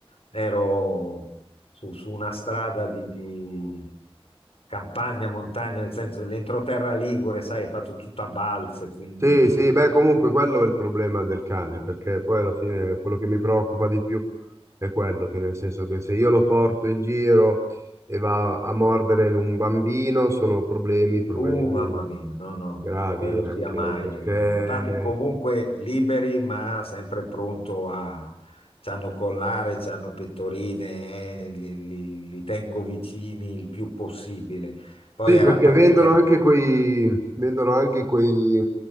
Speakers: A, on the left; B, on the right.
A: Ero su, su una strada di, di campagna, montagna, nel senso l'entroterra Ligure, sai, è fatto tutto a balze, quindi
B: Sì, sì, beh, comunque quello è il problema del cane, perché poi alla fine quello che mi preoccupa di più è quello, che nel senso che se io lo porto in giro e va a mordere un bambino, sono problemi, problemi
A: Uh, mamma mia, no, no,
B: gravi
A: quello
B: anche
A: sia mai.
B: perché
A: eh. Infatti, comunque liberi, ma sempre pronto a. C'hanno collare, c'hanno pettorine, eh, li, li- li tengo vicini il più possibile. Poi
B: Sì,
A: era
B: perché
A: parecchi
B: vendono
A: anni
B: anche quei, vendono anche quei